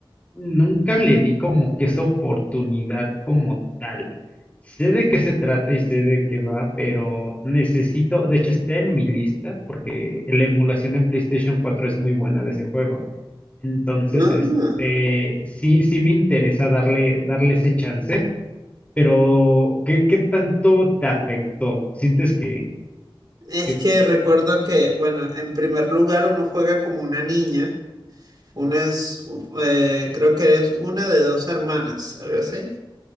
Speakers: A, on the left; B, on the right.
A: nunca le di como que esa oportunidad como tal. Sé de qué se trata y sé de qué va, pero necesito, de hecho está en mi lista, porque la emulación en PlayStation cuatro es muy buena de ese juego. Entonces,
B: Ah,
A: este, sí, sí me interesa darle, darle ese chance. O ¿Qué, qué tanto te afectó? ¿Sientes que,
B: es
A: que te...
B: que recuerdo que, bueno, en primer lugar uno juega como una niña Una es, u- eh, creo que eres una de dos hermanas, algo así.